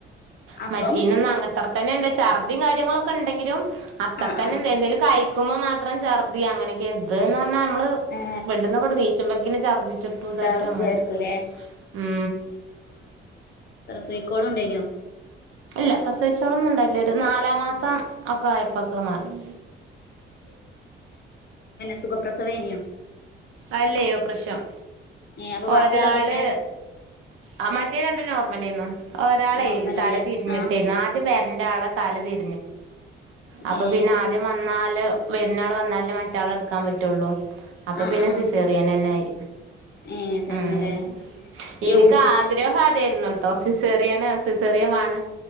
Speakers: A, on the left; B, on the right.
A: അപ്പം
B: അ മറ്റീന ഒന്ന അങ്ങത്ര തന്നെ ഉണ്ട് ഛർദിയ കാര്യങ്ങളൊക്കെ ഉണ്ടെങ്കിലും അത്ര
A: ആ
B: തന്നെന്ത
A: ആ
B: എന്തും കഴിക്കുമ്പോ മാത്രം ചെർദ അങ്ങനെയൊക്കെ എന്ത്ന്ന് പറഞ്ഞാ നമ്മള്
A: ഏ
B: വെട്ടന്ന് കൂടെ നീച്ചമ്പക്കെ ചഛർജിച്ചിട്ടും ഇതായിട്ടും
A: ഛർദിയായിരിക്കൂലേ
B: അങ്ങനെ ബുദ്ധിമുട്ട് ഉ
A: സീക്കോളും ഉണ്ടായിനോ
B: ഇല്ല പ്രസവിച്ചോളൊ ഒന്നും ഉണ്ടായില്ല ഒരു നാലാ മാസം ഒക്കെ ആയപ്പൊക്കെ മാറി
A: സുഖപ്രസവേനിയ
B: അല്ലയോ പ്രശ്നം
A: ഏ അപ്പൊ ബാക്കിയുള്ളതൊക്കെ
B: ഒരാള് ആ മറ്റേ രണ്ട് നോർമലന്നും ഒരാളെ
A: നോർമലില്ലേ
B: തല തിരിഞ്ഞിട്ടേരുന്നു
A: ആഹ്
B: ആദ്യ പേരന്റെ ആളെ തല തി അപ്പൊ
A: ഏ
B: പിന്നെ ആദ്യ വന്ന വരുന്ന ആൾ വന്നാലേ മറ്റാളെ എടുക്കാൻ പറ്റുള്ളു അപ്പൊ
A: ആഹ്
B: പിന്നെ
A: ആഹ്
B: സിസേറിയൻെ തന്നെ ആയി
A: ഏ തന്നെല്ലേ
B: ഉം എനിക്ക്
A: എ
B: ആഗ്രഹം അതായിരുന്നു കേട്ടോ സിസെറിയാണ് സിസെറിയമാണ്